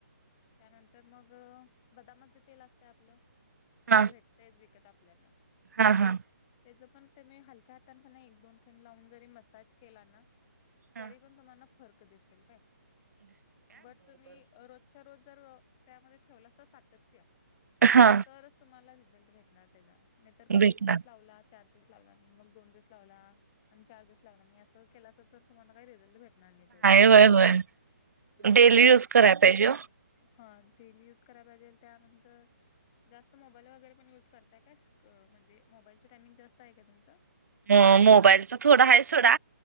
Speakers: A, on the left; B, on the right.
A: त्यानंतर मग अं बदामाच तेल असतंय आपलं
B: हा
A: जे भे तेच विकत आपल्याला.
B: हा, हा
A: त्याच पण ते नि हलक्या हातांन किण एक, दोन थेंब लावून जरी मसाज केला ना
B: हा
A: तरी पण तुम्हाना फरक दिसतील काय, बर तुम्ही रो सर्व जर व त्यामध्ये ठेवलासा सातत्य
B: हा
A: तरच तुम्हाला रिझल्ट भेटणार त्याचा नाही तर काय
B: भेटणार
A: एक दिवस लावला, चार दिवस लावला नाही मग दोन दिवस लावला आणि चार दिवस लावला नाही असं, केलास तर तुम्हाला काय रिझल्ट भेट टणार नाही त्याचा,
B: होय होय
A: अं
B: डेली
A: तुम्ही
B: युज कराय पाहिजे
A: हा तेल युज करायला पाहिजे, त्यानंतर जास्त मोबाईल वगैरे पण युज करताय का म्हणजे, मोबाईलचं टायमिंग जास्त आहे का तुमचं?
B: म मोबाईलच थोडा आहे सोडा,